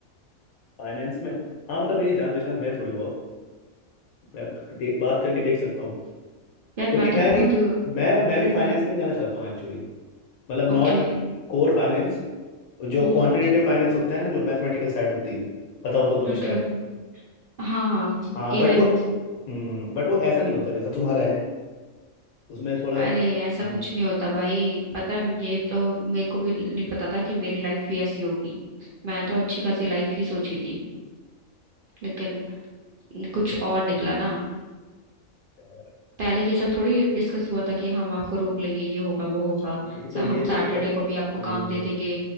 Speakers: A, on the left; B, on the right.
A: फाइनेंस में हाँ मतलब मेरी जान पहचान है थोड़ी बहुत मैं दे, बात करके देख सकता हूँ
B: यार
A: क्योंकि
B: मैं तो
A: मैं
B: खुद
A: भी मैं मैं भी फाइनेंस
B: Hmm
A: में ही जाना चाहता हूँ एक्चुअली मतलब नॉट
B: Okay
A: कोर फाइनेंस जो
B: Hmm
A: क्वांटिटेटिव फाइनेंस होता है ना जो मैथमेटिकल साइड होती है पता हो तो तुम्हें
B: Okay
A: शायद
B: Okay हाँ हाँ
A: हाँ बट
B: इवन
A: वो हम्म बट वो ऐसा नहीं होता जैसा तुम्हारा है उसमें थोड़ा
B: अरे
A: हम्म,
B: ऐसा कुछ नहीं होता भाई पता है ये तो मेरे को भी नहीं पता था कि मेरी लाइफ भी ऐसी होगी मैं तो अच्छी खासी लाइफ ही सोची थी लेकिन कुछ और निकला ना
A: यार,
B: पहले ये सब थोड़ी डिस्कस हुआ था कि हम आपको रोक लेंगे ये होगा वो होगा
A: ये तो
B: सा-
A: ये
B: हम सैटरडे
A: तो कर,
B: को भी आपको
A: हम्म
B: काम दे देंगे